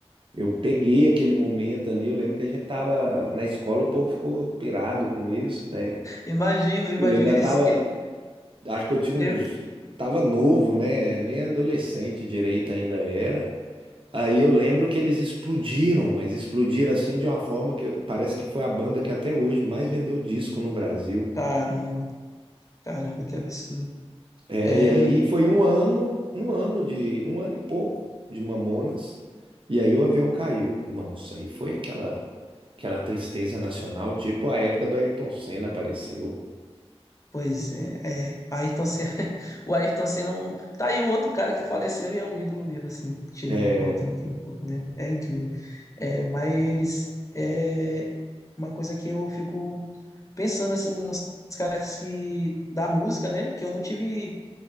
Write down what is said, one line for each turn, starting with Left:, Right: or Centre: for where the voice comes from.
Right: Eu peguei aquele momento ali, eu lembro que a gente tava na escola, o povo ficou pirado com isso, né?
Left: Imagino, imagino
Right: Eu ainda
Left: eles
Right: tava,
Left: ele
Right: acho que eu tinha uns,
Left: eu,
Right: tava novo, né? Nem adolescente direito ainda era. Aí eu lembro que eles explodiram, mas explodiram assim de uma forma que parece que foi a banda que até hoje mais vendeu disco no Brasil.
Left: caramba, caramba, que absurdo.
Right: É,
Left: É,
Right: e aí foi um ano, um ano de, um ano e pouco de Mamonas. E aí o avião caiu. Nossa, aí foi aquela aquela tristeza nacional, tipo a época do Ayrton Senna apareceu.
Left: Pois é, é. Ayrton Senna, <laughs> o Ayrton Senna, é um- tá aí o outro cara que faleceu e é um ídolo meu, assim, tirando,
Right: É,
Left: voltando aqui um pouco, né? É incrível. É, mas é uma coisa que eu fico pensando, assim, nos caras que, da música, né? Que eu não tive,